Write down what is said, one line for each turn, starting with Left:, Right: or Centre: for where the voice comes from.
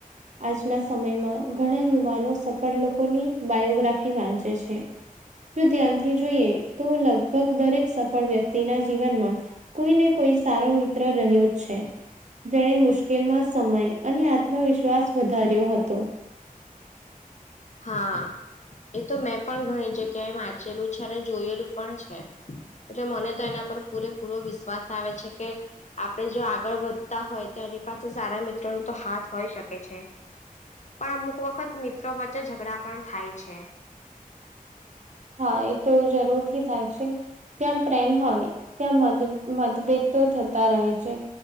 Right: આજના સમયમાં ઘણા યુવાનો સફળ લોકોની બાયોગ્રાફી વાંચે છે. જો ધ્યાનથી જોઈએ તો લગભગ દરેક સફળ વ્યક્તિના જીવનમાં કોઈ ને કોઈ સારો મિત્ર રહ્યો છે જેણે મુશ્કેલમાં સમય અને આત્મવિશ્વાસ વધાર્યો હતો.
Left: હા. એ તો મેં પણ ઘણી જગ્યાએ વાંચેલું છે અને જોયેલું પણ છે. એટલે મને તો એના પર પૂરેપૂરો વિશ્વાસ આવે છે કે આપડે જો આગળ વધતા હોય તો એની પાછળ સારા મિત્રો ના તો હાથ હોય શકે છે પણ અમુક વખત મિત્રો વચ્ચે ઝઘડા પણ થાય છે.
Right: હા એ તો જરૂર થી થાય છે. ત્યાં પ્રેમ હોય ત્યાં મત મતભેદ તો થતા રહે છે.